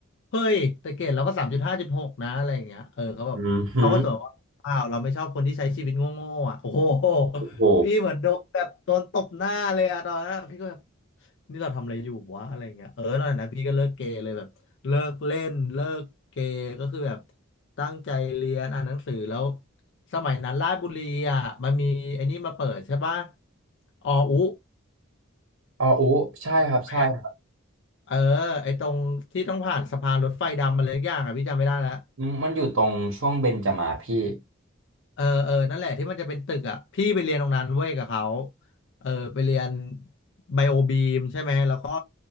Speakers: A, on the left; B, on the right.
A: เฮ้ยแต่เกรดเราก็สามจุดห้าจุดหกนะอะไรอย่างเงี้ยเออเขาแบบเขาก็สวนว่าอ้าวเราไม่ชอบคนที่ใช้ชีวิตโง่ๆอ่ะโอ้โห
B: อืมฮึโอ้โห
A: พี่เหมือนโดนแบบโดนตบหน้าเลยอะตอนนั้นอะพี่ก็แบบนี่เราทำอะไรอยู่วะอะไรเงี้ยเออตอนนั้นพี่ก็เลิกเกเรเลยแบบเลิกเล่นเลิกเกเรก็คือแบบตั้งใจเรียนอ่านหนังสือแล้วสมัยนั้นราชบุรีอ่ะมันมีไอ้นี่มาเปิดใช่ปะอออุ
B: อออู้ใช่ครับใช่ครับ
A: ไหมเออไอ้ตรงที่ต้องผ่านสะพานรถไฟดำมาเลยอย่างอ่ะพี่จำไม่ได้แล้ว
B: อืมมันอยู่ตรงช่วงเบญจมาศพี่
A: เออเออนั่นแหละที่มันจะเป็นตึกอ่ะพี่ไปเรียนตรงนั้นเว้ยกับเขาเออไปเรียนไบโอบีมใช่ไหมแล้วก็